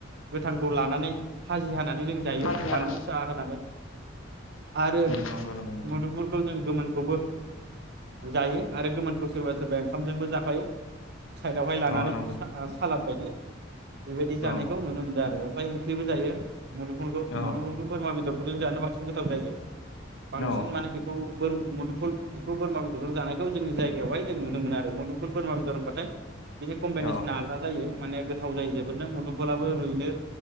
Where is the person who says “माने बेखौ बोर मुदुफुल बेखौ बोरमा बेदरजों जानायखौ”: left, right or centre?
Right